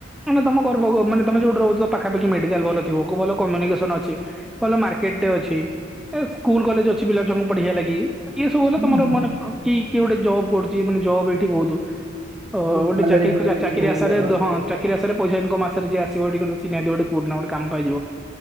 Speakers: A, in the centre; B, on the right (about 25°).
A: ମାନେ ତମ ଗର୍ବ ମାନେ ତମେ ଯୋଉଠି ରହୁଛ ପାଖାପାଖୀ ମେଡାକାଲ୍ ଥିବ ଭଲ କମ୍ୟୁନିକେସନ ଅଛି। ଭଲ ମାର୍କେଟରେ ଅଛି ସ୍କୁଲ କଲେଜ ଅଛି ପିଲାଛଆଙ୍କୁ ପଢ଼ିଆ ଲାଗି ଏ ଇଏ ସବୁ
B: ହଁ।
A: ହେଲା ତମର ମାନେ କି କିଏ ଗୋଟେ ଜବ୍ କରୁଛି ମାନେ ଜବ ଏଇଠି ବହୁତ। ଓ
B: ଭଲ
A: ଗୋଟେ
B: ସାଲାରୀ
A: ଚାକିରୀ
B: ବି
A: ଖୋଜିବା
B: ମିଳୁଛି
A: ଚାକିରିଆ
B: ବହୁତ
A: ସାରେ
B: ଭଲ।
A: ହଁ ଚାକିରୀଆ ସାରେ ମାସରେ